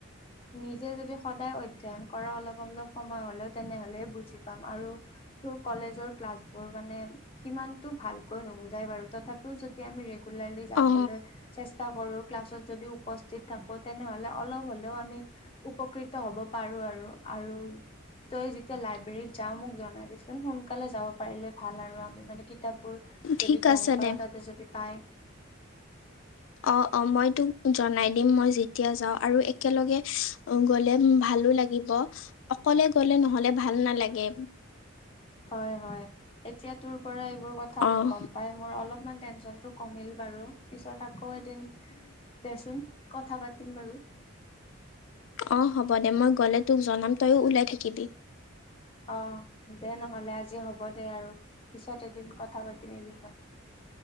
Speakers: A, on the left; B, on the left.
A: নিজে যদি সদায় অধ্যয়ন কৰা অলপ অলপ সময় হলে তেনেহলে বুজি পাম আৰু- কলেজৰ ক্লাছ বোৰ মানে সিমানতটো ভালকৈ নুবুজাই বাৰু তথাপি যদি। আমি যাবলৈ
B: অঁ
A: চেষ্টা কৰো ক্লাছত যদি উপস্থিত থাকো তেনেহলে অলপ হ'লেও আমি উপকৃত হ'ব পাৰো আৰু আৰু তই যেতিয়া লাইবেৰিত যাও মোক জনাবি চুন সোনকালে যাব পাৰিলে ভাল আৰু আমি মানে কিতাপ বোৰ
B: ঠিক
A: যদি গম
B: আছে
A: পাও
B: দে
A: তাতে যদি পাই।
B: উ অ অ মই তোক জনাই দিম মই যেতিয়া যাওঁ আৰু একেলগে গ'লে ভালো লাগে। অকলে গলে নহলে ভাল নালাগে।
A: হয় হয় এতিয়া। তোৰ পৰা এইবোৰ কথা অলপ
B: অঁ
A: গম পাই মোৰ অলপমান টেনচনটো কমিল বাৰু পিছত আকৌ এদিন দেচোন কথা পাতিম বাৰু
B: অ হ'ব দে মই গলে তোক জনাম তইযো ওলাই থাকিবি
A: অ' দে নহ'লে আজি হ'ব দে আৰু পিছত এদিন কথা পাতিম এই বিষয়ে।